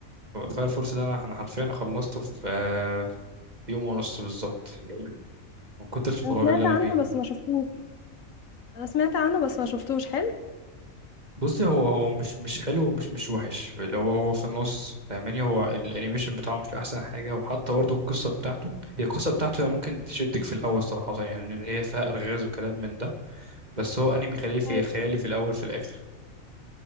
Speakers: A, on the right; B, on the left.
A: فاير فورس ده أنا أنا حرفيا أنا خلصته في آه، في يوم ونص بالظبط من كتر الفراغ
B: انا سمعت
A: اللي أنا
B: عنه
A: فيه
B: بس ما شفتوش انا سمعت عنه بس ما شفتوش حلو
A: بصي هو هو مش مش حلو ومش مش وحش اللي هو هو في النص فاهماني هو الانيميشن بتاعه مش احسن حاجه وحتى برضه القصه بتاعته هي القصه بتاعته هي ممكن تشدك في الاول صراحه يعني ان هي فيها الغاز وكلام من ده بس هو انمي خيالي في
B: ايوه
A: خيالي في الاول في الاخر